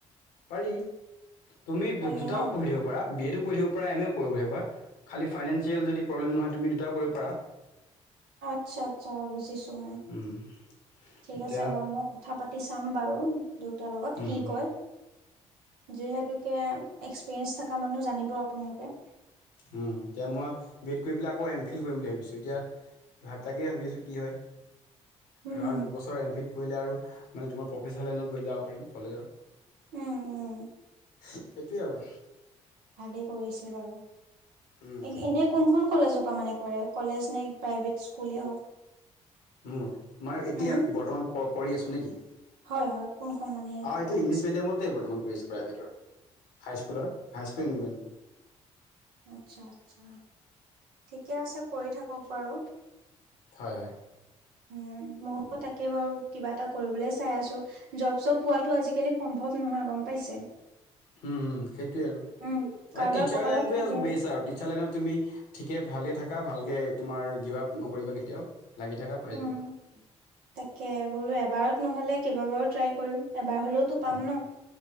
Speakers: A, on the left (about 80°); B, on the right (about 70°).
A: পাৰি। তুমি
B: পাৰি
A: দুটাও
B: ন
A: পঢ়ি থাকিব পাৰা। বি এডো কৰি থাকিব প্ৰায় এমও কৰিব। <unintelligible> খালী ফাইনেন্সিয়েল যদি প্ৰব্লেম নহয়, তুমি দুটাও কৰিব পাৰা।
B: আচ্ছা আচ্ছা বুজিছো মই।
A: উম
B: ঠিক
A: এতিয়া
B: আছে বাৰু মও কথা পাতি চাম বাৰু দেউতাৰ লগত।
A: উম
B: কি কয়? যিহেতুকে এক্সপিৰিয়েঞ্চ থাকা মানুহ জানিব আপুনালোকে।
A: উম, এতিয়া মই বি এড কৰি পেলাই আকৌ এম ফিল কৰিম বুলি ভাবিছোঁ। এতিয়া <unintelligible> তাকেই ভাবি আছোঁ। কি হয়?
B: উম
A: এৰাউণ্ড দুবছৰ এম ফিল পঢ়িলে আৰু মানে তোমাৰ প্ৰফেচাৰ লাইনত পঢ়ি যাব পাৰিম কলেজৰ
B: উম উম
A: সেইটোৱে আৰু
B: ভালেই কৰিছে বাৰু,
A: উম,
B: এ এনেই কোনখন কলেজৰ পা মানে কৰে কলেজ নে প্ৰাইভেট স্কুলেই হওক
A: মোৰ, মানে এতিয়া
B: উম
A: বৰ্তমান ক, কৰি আছো নেকি?
B: হয়, হয়, কোনখন মানে সেই
A: অ,
B: পৰা
A: এইটো
B: কৰি
A: ইংলিছ
B: আছে
A: মিডিয়ামতেই বৰ্তমান কৰিছো। প্ৰাইভেটৰ, হাইস্কুলৰ হাইস্কুল ইনভেন্ট
B: আচ্ছা-আচ্ছা ঠিকে আছে কৰি থাকক বাৰু
A: হয়, হয়।
B: উম, মইয়ো তাকে বাৰু কিবা এটা কৰিবলে চাই আছো। জব চব পোৱাটো আজিকালি সম্ভৱ নহয় গম পাইছে।
A: হুম হুম, সেইটোৱে আৰু,
B: উম কাৰোবাৰ
A: হয় টিচাৰ
B: কপালত
A: লাইনটোৱে
B: থাকে
A: বেচ আৰু টিচাৰ লাইনত তুমি ঠিকে ভালে থাকা ভালকে তোমাৰ গিভ আপ নকৰিবা কেতিয়াও লাগি থকা পাই
B: উম
A: যাবা।
B: তাকে বোলো এবাৰত নহ'লে কেইবাবাৰো ট্ৰাই কৰিম এবাৰ হলেও, টো পাম
A: উম,
B: ন,